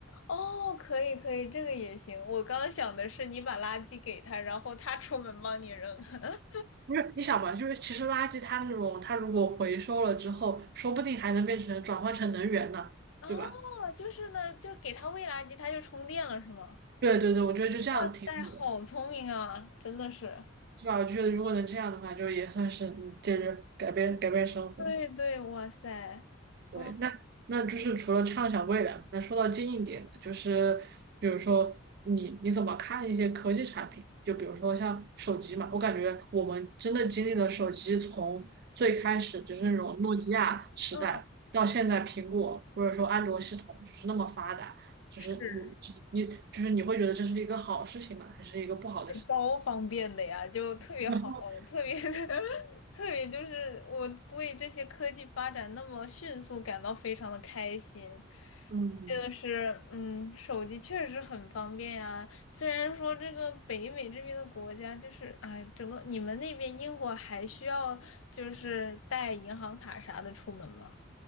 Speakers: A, on the left; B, on the right.
A: 哦，可以可以，这个也行。我刚刚想的是你把垃圾给他，然后他出门帮你扔。<laughs>
B: 不是你想嘛，就是其实垃圾它那种，它如果回收了之后，说不定还能变成转换成能源呢，
A: 哦，
B: 对吧？
A: 就是呢，就是给他喂垃圾，他就充电了，是吗？
B: 对对对，我觉得就这样挺好的，
A: 哇塞，好聪明啊，真的是。
B: 对吧？我觉得如果能这样的话，就也算是嗯，就是改变改变生活。
A: 对对，哇塞，
B: 对，
A: 嗯
B: 那那就是除了畅想未来，那说到近一点的，就是比如说你你怎么看一些科技产品？就比如说像手机嘛，我感觉我们真的经历了手机从最开始就是那种诺基亚时代，
A: 嗯，
B: 到现在苹果或者说安卓系统就是那么发达，就是你
A: 是。
B: 你就是你会觉得这是一个好事情吗？还是一个不好的事情？
A: 超方便的呀，就特别好，
B: <laughs>
A: 特别 <laughs> 特别就是我为这些科技发展那么迅速感到非常的开心。
B: 嗯。
A: 就是嗯，手机确实很方便呀。虽然说这个北美这边的国家就是哎，整个你们那边英国还需要就是带银行卡啥的出门吗